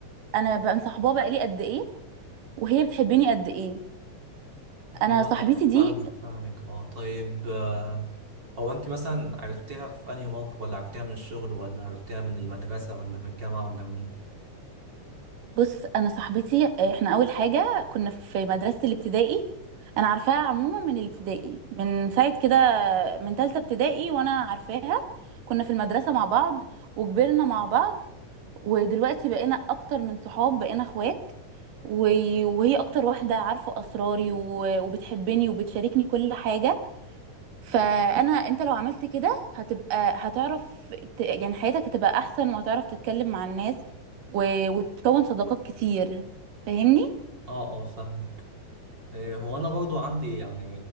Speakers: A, on the right; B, on the right.
A: انا بقى مصاحباها بقالي قد ايه وهي بتحبني قد ايه انا
B: هو
A: صاحبتي
B: انا فاهمك
A: دي
B: فاهمك اه طيب آه، هو انت مثلا عرفتيها في انهي موقف ولا عرفتيها من الشغل ولا عرفتيها من المدرسة ولا من الجامعة ولا من ايه
A: بص انا صاحبتي آه، احنا اول حاجة كنا في مدرسة الابتدائي انا عارفاها عموما من الابتدائي من ساعة كده من تالتة ابتدائي وانا عارفاها كنا في المدرسة مع بعض وكبرنا مع بعض ودلوقتي بقينا اكتر من صحاب بقينا اخوات و- وهي اكتر واحدة عارفة اسراري و- وبتحبني وبتشاركني كل حاجة فانا انت لو عملت كده هتبقى هتعرف ت- يعني حياتك هتبقى احسن وهتعرف تتكلم مع الناس و- وتكون صداقات كتير فاهمني
B: اه اه فاهمك آه، هو انا برضو عندي يعني